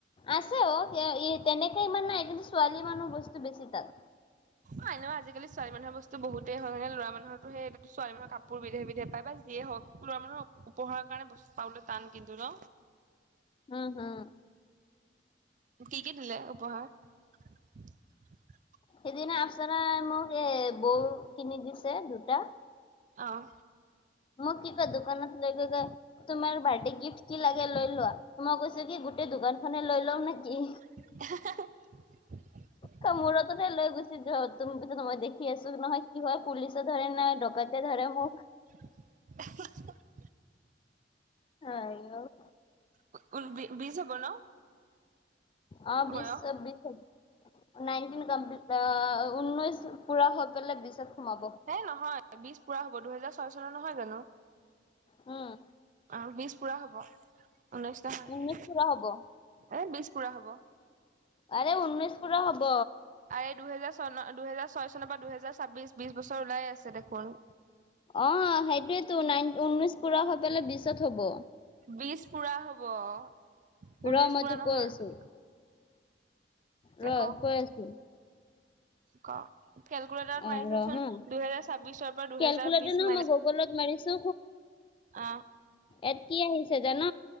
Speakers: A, on the left (about 30°); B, on the right (about 45°).
A: আছে অহ' ইয়া ইত তেনেকে ইমান নাই কিন্তু ছোৱালী মানুহ বস্তু বেছি তাত।
B: হয় ন, আজিকালি ছোৱালী মানুহৰ বস্তু বহুতে হয় নে, ল'ৰা মানুহটো সেই। ছোৱালী মানুহ কাপোৰ বিধে বিধে পায় বা যিয়ে হওঁক, ল'ৰা মানুহ উপহাৰ কাৰণে বস্তু পাবলৈ টান কিন্তু ন।
A: উম হম।
B: কি কি দিলে উপহাৰ। <unintelligible>
A: সেইদিনা আপচাৰ মোক এ, বৌ কি <unintelligible> নি দিছে দুটা।
B: অহ।
A: মোক কি কয়, দোকানত লৈ গৈ কয়। তোমাৰ বাৰ্থডে গিফ্ট কি লাগে লৈ লোৱা, মই কৈছো কি গোটেই দোকান খনে লৈ লও নে কি।
B: হুেহ। <unintelligible>
A: তই মূৰতাতে লৈ গুচি যোৱা তোম তোম মই দেখি আছো নহয় কি হয়, পুলিচ ধৰে নাই ডকাইতে ধৰে মোক।
B: <unintelligible>
A: হয় আও।
B: উ উল বি বিচ হ'ব ন।
A: অহ' বিচ
B: বয়স?
A: অ বিচ হয়। নাইনটিন কমপ্লিট অহ, ঊনৈশ পুৰা হৈ গলে বিচত সোমাব।
B: এই নহয় বিশ পুৰা হ'ব, দুহেজাৰ ছয় চনৰ নহয় জানোঁ।
A: উম।
B: অহ, বিশ পুৰা হ'ব ঊনৈছ নহয়।
A: বিশ পুৰা হ'ব।
B: এই বিছ পুৰা হ'ব।
A: আৰে ঊনৈছ পুৰা হব।
B: আৰে দুহেজাৰ চন দুহেজাৰ ছয় চনৰ পৰা দুহেজাৰ ছাব্বিশ বিশ বছৰ ওলাই আছে দেখোন।
A: অহ সেইটোৱেতো নাইন ঊনৈশ পুৰা হৈ পেলাই বিশত হ'ব।
B: বিশ পুৰা হ'ব ঊনৈশ
A: ৰ মই
B: পুৰা
A: তোক
B: নহয়।
A: কৈ আছো ৰ
B: মানে ক
A: কৈ আছো
B: ক। কেলকুলেটাৰত
A: অ
B: মাৰিলে
A: ৰ
B: চোন
A: হা
B: দুহেজাৰ ছাব্বিশৰ পৰা দুহেজাৰ
A: কেলকুলেটৰ
B: বিশ
A: নহয়
B: মাই।
A: মই গুগলত মাৰিছো
B: অহ।
A: এডটি আহিছে যে ন।